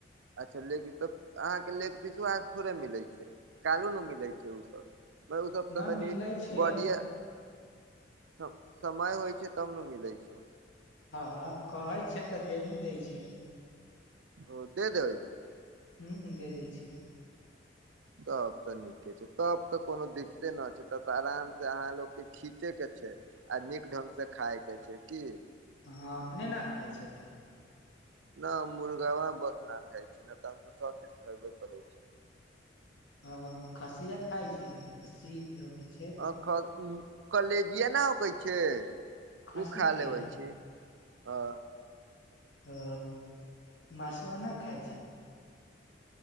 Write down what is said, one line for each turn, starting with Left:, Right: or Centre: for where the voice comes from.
Right: अच्छा लेग तऽ अहाँके लेग पिसो आज थोड़े मिलैत छैक कालो नहि मिलैत छै ओसभ म उ सोप
Left: न
Right: त तनी
Left: मिलै छै
Right: बॉड य <unintelligible> समय होइत छैक त ने मिलैत छै
Left: हँ कहैत छै तऽ दे न दैत छै
Right: ओ दे देबय छै
Left: ह द दइ छै <inaudible>
Right: तब तऽ नीके छै तब तऽ कोनो दिक्कते न छै तब तऽ आराम से अहाँ लोकोग के खींचे के छै आ नीक ढंगग से खाायके छै की
Left: हँ अपने ने खाइत छ तऽ
Right: नहि हम मुर्गावा बस नहि खाइ छी नहि तऽ हम तऽ सभचीज खयबे करै छी
Left: ह खस्सीेया खाइ छी खस्सी छै
Right: आ कलेजए ने होकै छै
Left: खस्सीके
Right: ओ खा लेबै छी हँ
Left: ओ मसुआ नहि खाय छै